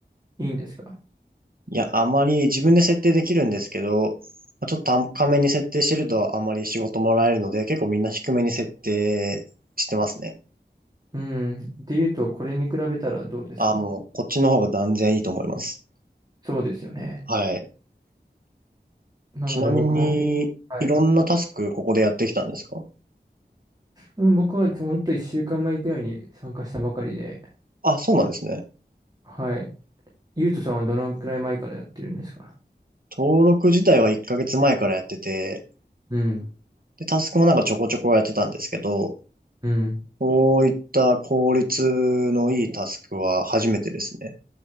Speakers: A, on the right; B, on the right.
A: いんですか
B: いや、あまり自分で設定できるんですけど、まあちょっと高めに設定してるとあまり仕事もらえるので、結構みんな低めに設定してますね。
A: うん。っていうと、これに比べたらどうですか
B: あ、もうこっちの方が断然いいと思います。
A: そうですよね。
B: はい。
A: なので、
B: ちなみに、
A: 僕も、はい。
B: いろんなタスクここでやってきたんですか
A: うん僕は、本当と1週間前くらいに参加したばかりで、
B: あ、そうなんですね。
A: はい。ゆうとさんはどのくらい前からやってるんですか
B: 登録自体は1ヶ月前からやってて、
A: うん。
B: で、タスクもなんかちょこちょこやってたんですけど、
A: うん。
B: こういった効率のいいタスクは初めてですね。